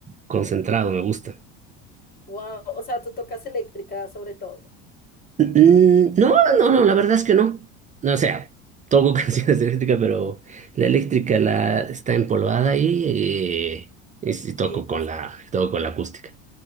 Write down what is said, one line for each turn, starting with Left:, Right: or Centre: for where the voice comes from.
Right: concentrado, me gusta.
Left: wow. O sea, tú tocas eléctrica sobre todo.
Right: Mm, No, no, no, la verdad es que no. No, O sea, toco <laughs> canciones de eléctrica, pero la eléctrica la está empolvada y, eh, y, sí
Left: Sí,
Right: toco
Left: pasa.
Right: con la, toco con la acústica.